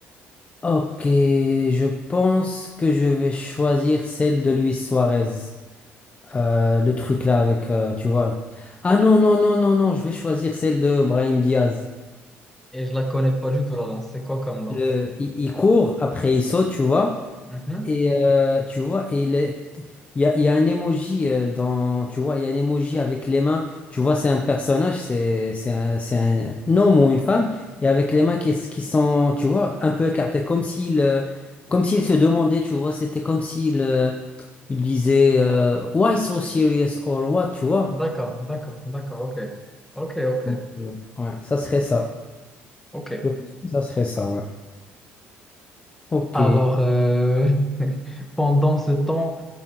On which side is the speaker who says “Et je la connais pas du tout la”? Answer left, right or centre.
Centre